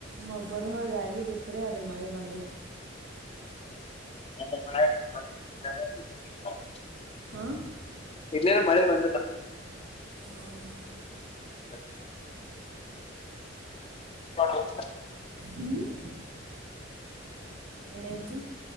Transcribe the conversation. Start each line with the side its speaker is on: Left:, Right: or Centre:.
Right: ಮ ಬರೋಆಗಿದೆ ಕರೆ ಅದು ಮಳೆ ಬಂದಿಲ್ಲ
Left: <unintelligible>
Right: ಹಾ
Left: ಇಲ್ಲೇನು ಮಳೆ ಬಂದಿಲ್ಲ
Right: ಹೌದ
Left: <inaudible> <unintelligible>
Right: ಹ್ಮ್ ಏನಾಯ್ತು